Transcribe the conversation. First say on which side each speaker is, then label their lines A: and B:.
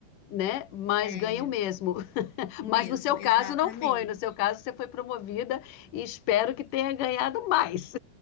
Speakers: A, on the left (about 60°); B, on the left (about 90°).
A: né? Mas
B: É,
A: ganham mesmo. <laughs>
B: o
A: Mas
B: mesmo,
A: no seu
B: exatamente.
A: caso não foi. No seu caso você foi promovida e espero que tenha ganhado mais.